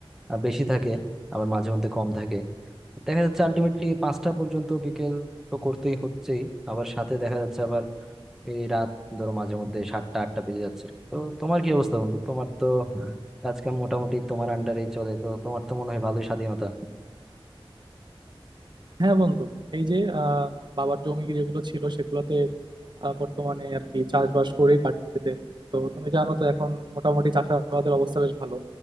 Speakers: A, in the centre; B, on the right.
A: আহ, বেশি থাকে আবার মাঝে মধ্যে কম থাকে দেখা যাচ্ছে আলটিমেটলি পাঁচটা পর্যন্ত বিকেল তো করতেই হচ্ছেই আবার সাথে দেখা যাচ্ছে আবার এই রাত ধরো মাঝে মধ্যে সাতটা আটটা বেজে যাচ্ছে তো তোমার কি অবস্থা বন্ধু তোমার তো কাজ কাম মোটামুটি তোমার আন্ডারেই চলে তো তোমার তো মনে হয় ভালোই স্বাধীনতা
B: হ্যাঁ বন্ধু এই যে আহ বাবার জমি যেগুলো ছিল সেগুলোতে আহ, বর্তমানে আর কি চাষবাস করে কাটতেছে তো তুমি জানো তো এখন মোটামুটি চাষাবাদের অবস্থা বেশ ভালো